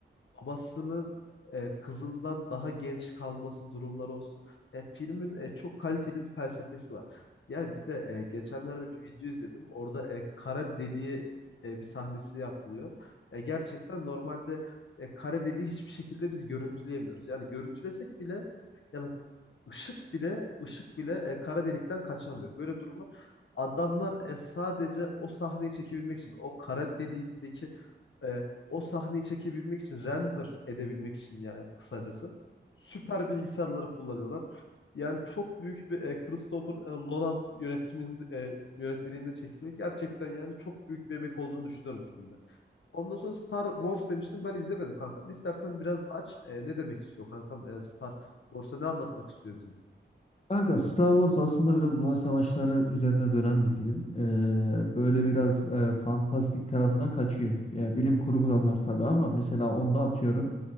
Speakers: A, on the left; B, on the left.
A: babasının e, kızından daha genç kalması durumları olsun. E, filmin e, çok kaliteli bir felsefesi var. Yani bir de e, geçenlerde bir video izledim. Orada e, kara deliği e, bir sahnesi yapılıyor. Ya gerçekten normalde e, kara deliği hiçbir şekilde biz görüntüleyemiyoruz. Yani görüntülesek bile yani Işık bile ışık bile e, kara delikten kaçamıyor. Böyle bir durum var. Adamlar e, sadece o sahneyi çekebilmek için, o kara delikteki e, o sahneyi çekebilmek için, render edebilmek için yani kısacası süper bilgisayarları kullanıyorlar. Yani çok büyük bir e, Christopher e, Nolan yönetimin e, yönetmenliğinde çekiliyor. Gerçekten yani çok büyük bir emek olduğunu düşünüyorum filmde. Ondan sonra Star Wars demiştin ben izlemedim kankam. İstersen biraz aç e, ne demek istiyor kankam e, Star Borsa ne anlatmak istiyor bize?
B: Kanka Star Wars aslında biraz uzay savaşları üzerine dönen bir film. Ee, böyle biraz e, fantastik tarafına kaçıyor. Ya bilim kurgu da var tabii ama mesela onda atıyorum